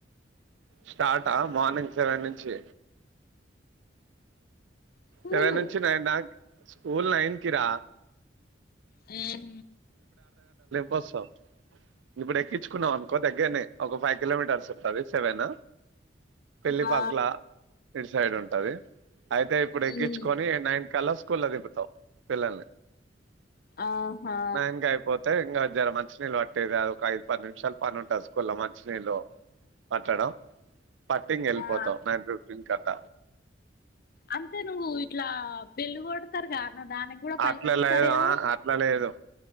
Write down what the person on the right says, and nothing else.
స్టార్టా మార్నింగ్ సెవెన్ నుంచి
సెవెన్ నుంచి నైన్ ద స్కూలు నైన్కీ ర
పోస్తావ్ ఇప్పుడు ఎక్కించుకున్నావ్ అనుకో దగ్గరనే ఒక ఫైవ్ కిలోమీటర్స్ ఉంటది సెవెను పెళ్లి
పక్కల ఇటు సైడ్ ఉంటది అయితే ఇప్పుడు ఎక్కించుకొని
నైన్ కలా స్కూల దింపుతాం పిల్లల్ని
నైన్కీ అయిపోతే ఇంకా జర మంచినీళ్ళు పట్టేది అది ఒక ఐదు పది నిమిషాలు పని ఉంటంది స్కూల్లో మంచినీళ్ళు పట్టడం పట్టంగ్ వెళ్ళిపోతాం
నైన్ ఫిఫటీన్ కట్ట
అట్ల
లేదు ఆ అట్లా లేదు